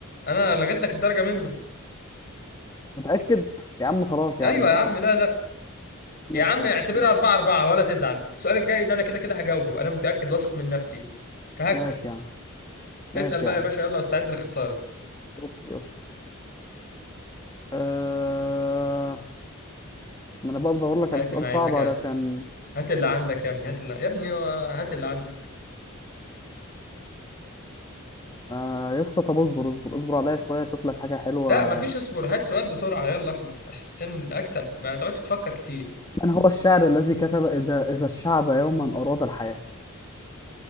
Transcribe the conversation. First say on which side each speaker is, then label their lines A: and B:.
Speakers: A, on the left; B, on the left.
A: انا لغيت لك الدرجه منه
B: متأكد يا عم خلاص يا
A: ايوه
B: عم مش
A: يا عم
B: فارقة
A: لا لا
B: ماشي
A: يا عم
B: يا
A: اعتبرها
B: عم ماشي
A: 4 4 ولا تزعل السؤال الجاي ده انا كده كده هجاوبه انا متاكد واثق من نفسي فهكسب
B: ماشي يا عم ماشي
A: اسال بقى
B: يا عم
A: يا باشا يلا استعد للخساره
B: بص يا اسطى أه... ما انا بقى بدور لك
A: هات
B: على سؤال
A: ما
B: صعب
A: عندك
B: علشان
A: يا- هات اللي عندك يا ابني هات اللي يا ابني هات اللي عندك
B: آه يا اسطى طب اصبر اصبر اصبر عليا شويه اشوف لك حاجه حلوه
A: لا مفيش اصبر هات سؤال بسرعه يلا اخلص عشان اكسب ما تقعدش تفكر كتير
B: من هو الشاعر الذي كتب اذا اذا الشعب يوما اراد الحياه